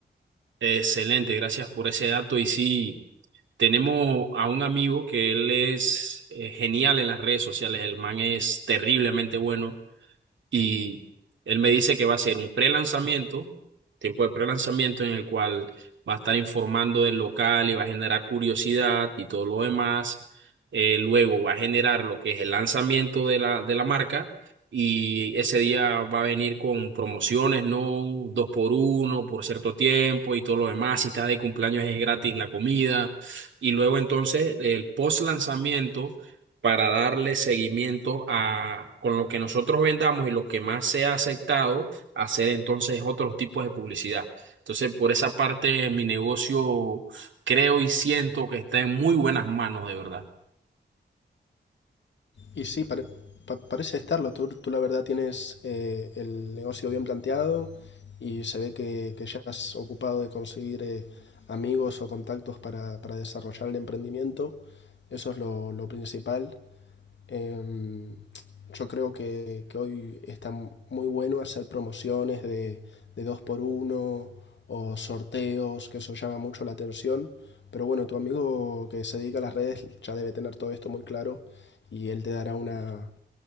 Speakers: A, on the right (about 85°); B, on the left (about 75°).
A: Excelente, gracias por ese dato. Y sí, tenemos a un amigo que él es eh, genial en las redes sociales, el man es terriblemente bueno Y él me dice que va a ser un pre-lanzamiento, tiempo de pre-lanzamiento en el cual va a estar informando del local y va a generar curiosidad y todo lo demás. Eh, luego va a generar lo que es el lanzamiento de la, de la marca y ese día va a venir con promociones, ¿no? Dos por uno por cierto tiempo y todo lo demás. Si estás de cumpleaños es gratis la comida. Y luego entonces el post-lanzamiento para darle seguimiento a con lo que nosotros vendamos y lo que más se ha aceptado, hacer entonces otros tipos de publicidad. Entonces, por esa parte, mi negocio creo y siento que está en muy buenas manos, de verdad.
B: Y sí, pare- pa- parece estarlo. Tú, tú, la verdad tienes eh, el negocio bien planteado y se ve que, que ya has ocupado de conseguir eh, amigos o contactos para, para desarrollar el emprendimiento. Eso es lo, lo principal. Em, yo creo que, que hoy está muy bueno hacer promociones de, de dos por uno o sorteos, que eso llama mucho la atención. Pero bueno, tu amigo que se dedica a las redes ya debe tener todo esto muy claro y él te dará una,